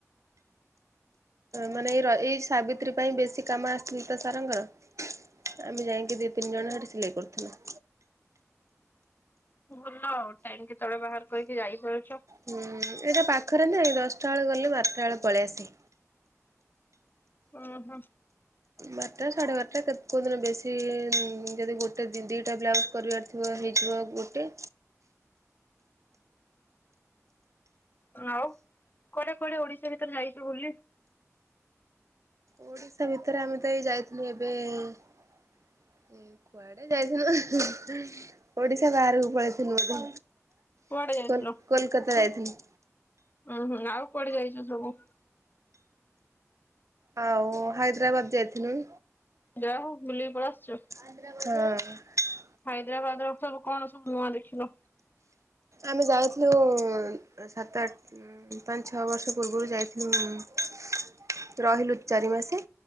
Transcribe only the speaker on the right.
ମାନେ ଏଇ ର ଏଇ ସାବିତ୍ରୀ ପାଇଁ ବେଶୀ କାମ ଆସିିନି ତ ସାରଙ୍କର। ଆମେ ଯାଇକି ଦି ତିନି ଜଣ ହେଠି ଥିଲେ। କରୁଥିଲା।
ହୁଁ ଉଁ ଏଇଟ ପା ପାଖରେ ନୁହେଁ ଦଶଟା ବେଳେ ଗଲେ ବାରଟା ବେଳେ ପଳେଇଆସେ।
ମା ଟା ସାଢ଼େ ବାରଟା କେତେ କୋଉ ଦିନ ବେଶୀ ଇ-ଇ-ଇ ଯଦି ଗୋଟେ ଦିଟା ବ୍ଲାଉଜ କରିବାର ଥିବ ହେଇଯିବ ଗୋଟେ।
ଓଡିଶା ଭିତରେ ଆମେ ତ ଏଇ ଯାଇଥିଲୁ ଏବେ ଏ-ଏ-ଏ କୁଆଡେ ଯାଇଥିଲୁ ଓଡିଶା ବାହାରକୁ ପଳେଇଥିଲୁ ବୋଧେ।
କଲ କୋଲକତା ଯାଇଥିଲୁ।
ଆଉ ହାଇଦ୍ରାବାଦ ଯାଇଥିଲୁ।
ହଁ
ଆମେ ଯାଇଥିଲୁ ଉ-ଉ-ଉ ସାତ ଆଠ ଉଁ ପାଞ୍ଚ ଛଅ ବର୍ଷ ପୂର୍ବରୁ ଯାଇଥିଲୁ ଉ-ଉ-ଉ ରହିଲୁ ଚାରି ମାସେ।